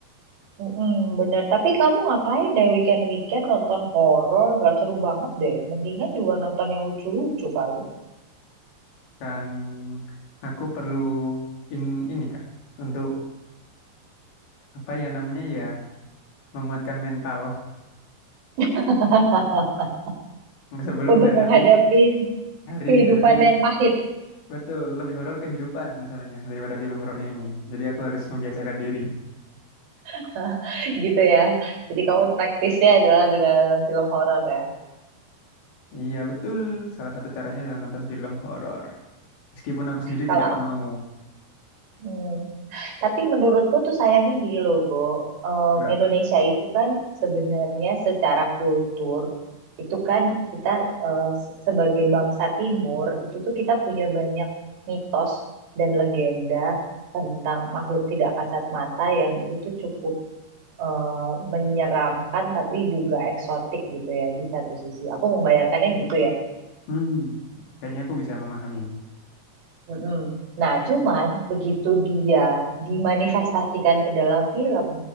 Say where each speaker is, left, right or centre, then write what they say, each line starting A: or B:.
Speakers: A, on the right; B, on the left.
A: Mm-mm, bener tapi kamu ngapain deh weekend weekend nonton horor nggak seru banget deh mendingan juga nonton yang lucu-lucu kali
B: Kan aku perlu in ini kak untuk apa ya namanya ya menguatkan mental
A: <laughs>
B: <laughs> sebelum
A: untuk
B: menghadapi
A: menghadapi
B: hari-hari
A: kehidupan yang pahit
B: betul lebih horor kehidupan masalahnya daripada film horornya ini. Jadi aku harus membiasakan diri.
A: <laughs> gitu ya. Jadi kamu praktisnya adalah dengan nonton film horor ya.
B: Iya betul, salah satu caranya adalah nonton film horor. Meskipun aku sendiri
A: Kalau
B: tidak
A: aku,
B: mau.
A: hmm. Tapi menurutku tuh sayangnya gini loh, Go. Em,
B: Kenapa?
A: Indonesia itu kan sebenarnya secara kultur itu kan kita eh, se- sebagai bangsa Timur itu tuh kita punya banyak mitos dan legenda tentang makhluk tidak kasat mata yang itu tuh cukup eh, menyeramkan tapi juga eksotik gitu ya di satu sisi. Aku membayangkannya gitu ya.
B: Hmm, kayaknya aku bisa memahami.
A: Mm-mm. Nah, cuman begitu dia dimanifestasikan ke dalam film,